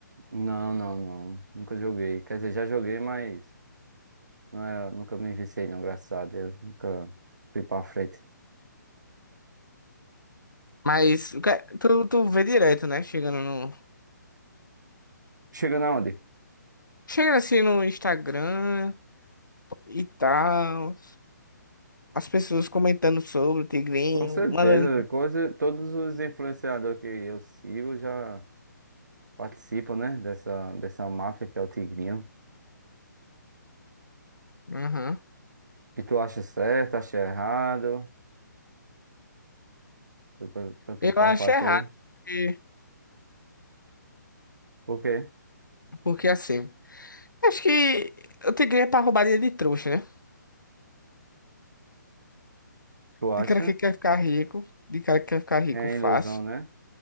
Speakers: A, on the right (about 65°); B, on the left (about 80°).
A: Não, não, não. Nunca joguei. Quer dizer, já joguei, mas não era... nunca me viciei, não. Graças a Deus. Nunca fui pra frente.
B: Mas o que- é? tu, tu vê direto, né? Chegando no.
A: Chegando aonde?
B: Chega assim no Instagram e tal. As pessoas comentando sobre o Tigrinho,
A: Com certeza.
B: mandando.
A: Coisa... Todos os influenciadores que eu sigo já participam, né? Dessa, dessa máfia que é o Tigrinho.
B: Aham.
A: E tu acha certo, acha errado? Tu- Tanto
B: Eu
A: faz
B: acho
A: pra tu.
B: errado, porque,
A: Por quê?
B: porque assim. Acho que o Tigrinho é pra roubar dinheiro de trouxa, né?
A: Tu acha?
B: De cara que quer ficar rico, de cara que quer ficar rico
A: É
B: fácil.
A: ilusão, né?